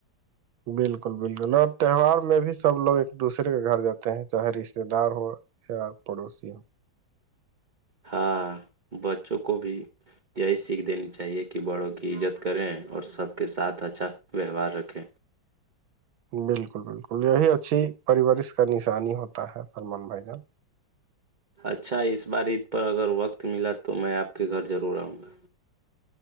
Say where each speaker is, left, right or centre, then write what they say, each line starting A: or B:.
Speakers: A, on the right; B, on the right.
A: بالکل بالکل اور تہوار میں بھی سب لوگ ایک دوسرے کے گھر جاتے ہیں چاہے رشتے دار ہو ا پڑوسیی
B: ہاں بچوں کو بھی یہی سیکھ دینی چاہیے کہ بڑوں کی عزت کریں اور سب کے ساتھ اچھا ویوہار رکھیں
A: بالکل بالکل یہی اچھی پریورارش کا نشانی ہوتا ہے سللمان بھائی جان
B: اچھا اس بار عید پر اگر وقت ملا تو میں آپ کے گھر ضرور آؤں گا